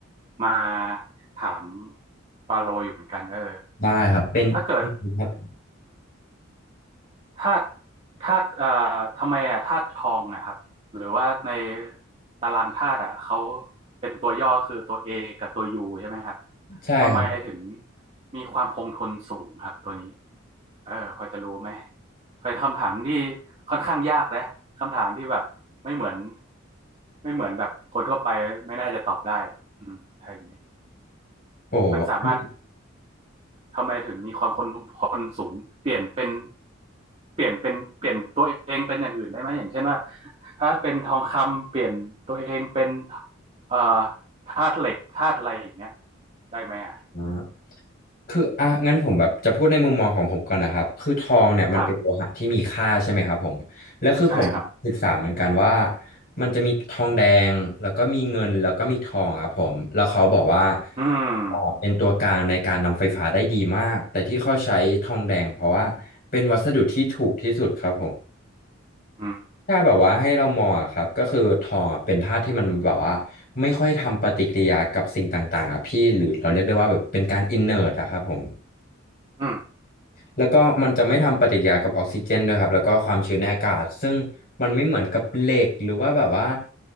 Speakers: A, on the right; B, on the left.
A: มาถามปาโลอยู่เหมือนกันเออ
B: ได้ครับเป็นเป็นครับ
A: ถ้าเกิด ธาตุธาตุเอ่อทำไมอ่ะธาตุทองนะครับหรือว่าในตารางธาตุอ่ะเขาเป็นตัวย่อคือตัว A กับตัว U ใช่ไหมครับ
B: ใช่ครับ
A: ทำไมถึงมีความคงทนสูงครับตัวนี้เออพอจะรู้ไหมเป็นคำถามที่ค่อนข้างยากนะคำถามที่แบบไม่เหมือนไม่เหมือนแบบคนทั่วไปไม่น่าจะตอบได้หรอกอืมถ้าอย่างเงี้ย
B: โอ
A: มันสามารถ ทำไมถึงมีความคนคนสูงเปลี่ยนเป็นเปลี่ยนเป็นเปลี่ยนตัวเองเป็นอย่างอื่นได้ไหมอย่างเช่นว่าถ้าเป็นทองคำเปลี่ยนตัวเองเป็นเอ่อธาตุเหล็กธาตุอะไรอย่างเงี้ยได้ไหมอ่ะ
B: ้ คืออ่ะงั้นผมแบบจะพูดในมุมมองของผมก่อนนะครับคือทองเนี่ยมันเป็นโลหะที่มีค่าใช่ไหมครับผมแล้วคือผมศึกษาเหมือนกันว่า
A: ครับใช่ครับ
B: มันจะมีทองแดงแล้วก็มีเงินแล้วก็มีทองครับผมแล้วเขาบอกว่า
A: อืม
B: อ๋อเป็นตัวกลางในการนำไฟฟ้าได้ดีมากแต่ที่เขาใช้ทองแดงเพราะว่าเป็นวัสดุที่ถูกที่สุดครับผม
A: อืม
B: ถ้าแบบว่าให้เรามองอะครับก็คือทองอะเป็นธาตุที่มันแบบว่าไม่ค่อยทำปฏิกิริยากับสิ่งต่างๆอ่ะพี่หรือเราเรียกได้ว่าแบบเป็นการอินเน t อะครับผม
A: อืม
B: แล้วก็มันจะไม่ทำปฏิกิริยากับออกซิเจนด้วยครับแล้วก็ความชื้นในอากาศซึ่งมันไม่เหมือนกับเหล็กหรือว่าแบบว่า